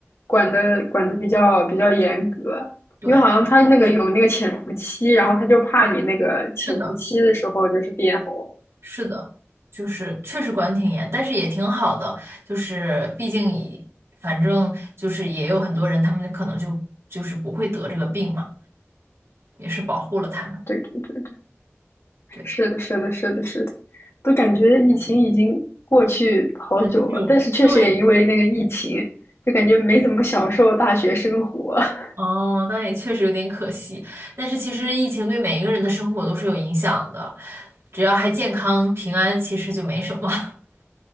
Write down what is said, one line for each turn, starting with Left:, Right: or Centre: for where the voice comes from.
Left: 管的管的比较比较严格，
Right: 对，
Left: 因为好像他那个有那个潜伏期，然后他就怕你那个潜伏期的时候就是变红，
Right: 是的。是的，就是确实管挺严，但是也挺好的，就是毕竟以反正就是也有很多人，他们可能就就是不会得这个病嘛，也是保护了他们。
Left: 对对对。
Right: 对，
Left: 是的，是的，是的，是的，都感觉疫情已经过去好久了，
Right: 很久了。
Left: 但是确实也因为那个疫情，
Right: 对，
Left: 就感觉没怎么享受大学生活 <laughs>
Right: 哦，那也确实有点可惜，但是其实疫情对每一个人的生活都是有影响的，只要还健康平安，其实就没什么。<laughs>